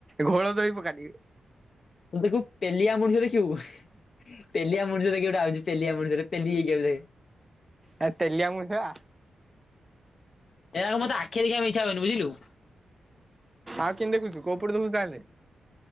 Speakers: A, on the right; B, on the left.
A: ଘୋଳ ଦହି ପକା ଟିକେ।
B: ଏଇ ଦେଖିବୁ ପେଲିଆ ମଣିଷ ଦେଖିବୁ? ପେଲିଆ ମଣିଷଟେ କିଏ ଗୋଟେ ଆଉଛି ପେଲିଆ ମଣିଷଟେ ପେଲି ହେଇକି ଆଉଛି ଦେଖେ।
A: ଆ ତେଲିଆ ମଣିଷ ବା।
B: ଏଗୁଡ଼ାକ ମତେ ଆଖି ଦେଖିଆ ମିଛ କହିଲୁ ବୁଝିଲୁ।
A: ଆଉ କେମିତି ଦେଖୁଛୁ କୋଉ ପଟେ ଦେଖୁଛୁ ତାହେଲେ?